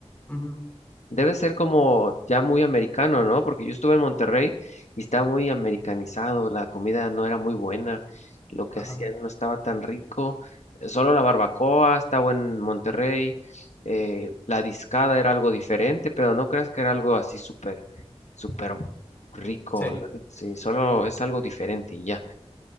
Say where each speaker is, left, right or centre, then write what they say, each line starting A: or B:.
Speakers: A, on the left; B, on the left.
A: Ujú,
B: Debe ser como ya muy americano, ¿no? Porque yo estuve en Monterrey y estaba muy americanizado, la comida no era muy buena, lo que
A: Ajá.
B: hacían no estaba tan rico, eh, solo la barbacoa estaba en Monterrey, eh, la discada era algo diferente, pero no creas que era algo así súper, súper rico,
A: Sí.
B: la- sí, solo es algo diferente y ya.